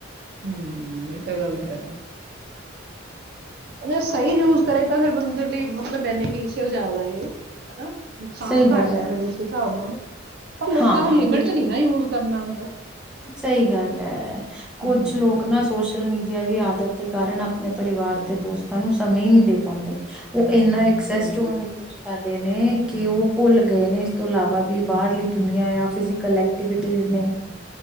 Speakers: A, on the right; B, in the centre.
A: ਹੂੰ ਸਹੀ ਗੱਲ ਹੈ। ਅਗਰ ਸਹੀ ਯੂਜ ਕਰੇ ਤਾਂ ਫਿਰ ਬੰਦੇ ਲਈ ਮਤਲਬ ਬੈਨੀਫਿਸ਼ੀਅਲ ਜ਼ਿਆਦਾ ਇਹ। ਹਨਾ, ਨੁਕਸਾਨ
B: ਸਹੀ ਗੱਲ
A: ਘੱਟ ਹੈ, ਫੇਰ ਉਸ ਹਿਸਾਬ ਨਾਲ ਪਰ ਲੋਕਾਂ
B: ਹਾਂ ਹਾਂ
A: ਨੂੰ ਲਿਮਿਟ
B: ਬਿਲਕੁਲ
A: ਚ ਨਹੀਂ ਨਾ ਯੂਜ ਕਰਨਾ। <unintelligible>
B: ਸਹੀ ਗੱਲ ਹੈ ਕੁੱਝ
A: ਹਮ
B: ਲੋਕ ਨਾ ਸੋਸ਼ਲ ਮੀਡੀਆ ਦੀ। ਆਦਤ ਦੇ ਕਾਰਨ ਆਪਣੇ ਪਰਿਵਾਰ ਤੇ ਦੋਸਤਾਂ ਨੂੰ ਸਮੇ ਨਹੀਂ ਦੇ ਪਾਉਂਦੇ। ਉਹ ਇੰਨਾ ਐਕਸੈਸਡ
A: ਸਹੀ ਗੱਲ
B: ਯੂਜ
A: ਹੈ।
B: ਕਰ। ਨੇ ਕਿ ਉਹ ਭੁੱਲ ਗਏ ਨੇ ਇਸ ਤੋਂ ਇਲਾਵਾ ਵੀ ਬਾਹਰਲੀ ਦੁਨੀਆਂ ਆ ਪੀਸੀ ਕਲਰ ਐਕਟੀਵਿਟੀ ਨੇ।